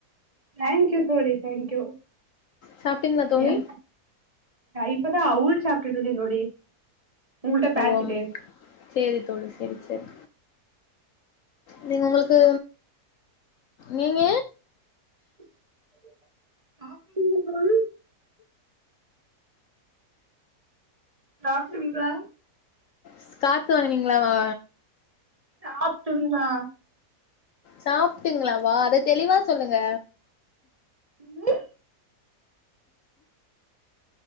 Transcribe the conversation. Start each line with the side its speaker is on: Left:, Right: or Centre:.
Right: தேங்கியூ தோழி தேங்கியூ
Left: சாப்ட்டீங்களா தோழி
Right: ஏ இப்பதா அவுல் சாப்ட்டுட்டு இருக்க தோழி உங்கள்ட்ட பேசிட்டே
Left: ஓம் சேரி தோழி சேரி சேரி நீங்க உங்களுக்கு நீங்க
Right: <unintelligible> சாப்டீங்களா
Left: ஸ் காத்து வாங்கினீங்களா வா
Right: சாப்டுந்தா
Left: சாப்டிங்களாவா அத தெளிவா சொல்லுங்க
Right: ம்